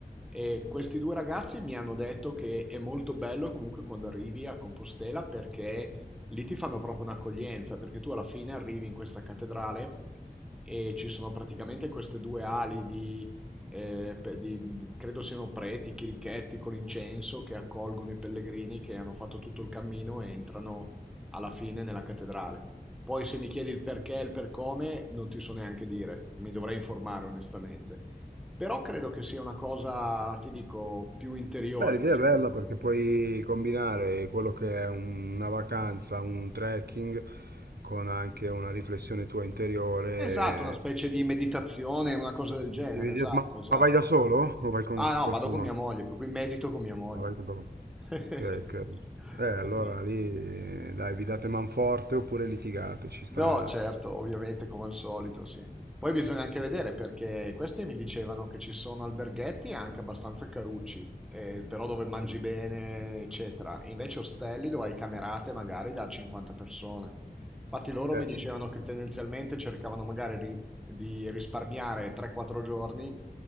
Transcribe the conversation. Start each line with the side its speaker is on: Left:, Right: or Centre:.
Centre: E questi due ragazzi mi hanno detto che è molto bello comunque quando arrivi a Compostela perché lì ti fanno proprio un'accoglienza, perché tu alla fine arrivi in questa cattedrale e ci sono praticamente queste due ali di, eh, pe- di- di- credo siano preti, chirichetti con l'incenso che accolgono i pellegrini che hanno fatto tutto il cammino e entrano alla fine nella cattedrale. Poi se mi chiedi il perché e il per come, non ti so neanche dire, mi dovrei informare onestamente. Però credo che sia una cosa, ti dico, più interiore
Right: Beh, l'idea
Centre: che esteriore.
Right: è bella perché puoi combinare quello che è un- una vacanza, un trekking, con anche una riflessione tua interiore.
Centre: Esatto, una specie di meditazione, una cosa del genere,
Right: Quindi,
Centre: esatto,
Right: Ma
Centre: esatto.
Right: ma vai da solo o vai con
Centre: Ah no,
Right: qualcuno?
Centre: vado con mia moglie, per cui medito con mia moglie.
Right: Ah, vai con qualcuno.
Centre: <laughs>
Right: Ok, ok. Eh, allora lì, dai, vi date manforte oppure litigate, ci sta...
Centre: No, certo, ovviamente come al solito, sì. Poi bisogna anche vedere perché questi mi dicevano che ci sono alberghetti anche abbastanza carucci, eh, però dove mangi bene, eccetera. E invece ostelli dove hai camerate magari da 50 persone. Infatti loro
Right: Eh,
Centre: mi dicevano
Right: sì,
Centre: che tendenzialmente cercavano magari ri- di risparmiare 3-4 giorni,